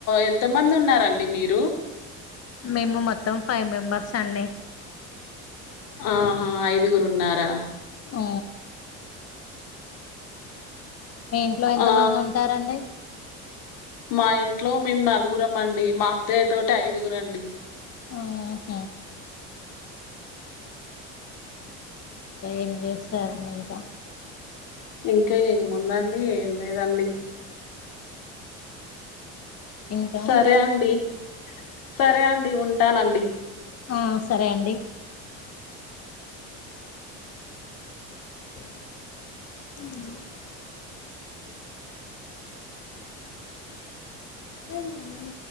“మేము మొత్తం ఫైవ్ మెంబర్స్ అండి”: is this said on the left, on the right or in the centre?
Left